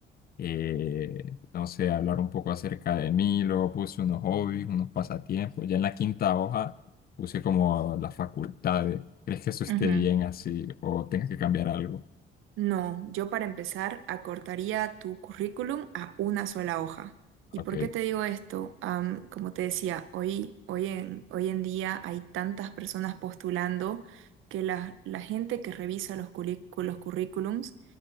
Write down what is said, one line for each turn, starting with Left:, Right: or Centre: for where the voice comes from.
Left: eh, no sé, hablar un poco acerca de mí, luego puse unos hobbies, unos pasatiempos, ya en la quinta hoja puse como las facultades. ¿Crees que eso esté
Right: ujú.
Left: bien así o tengas que cambiar algo?
Right: No, yo para empezar acortaría tu currículum a una sola hoja. ¿Y
Left: Ok.
Right: por qué te digo esto? Am, como te decía, hoy, hoy en, hoy en día hay tantas personas postulando que la, la gente que revisa los, curri, los currículums